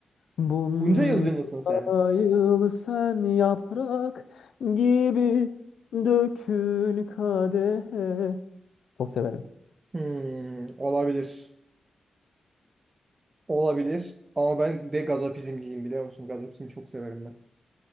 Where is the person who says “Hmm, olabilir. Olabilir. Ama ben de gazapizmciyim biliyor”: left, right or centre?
Right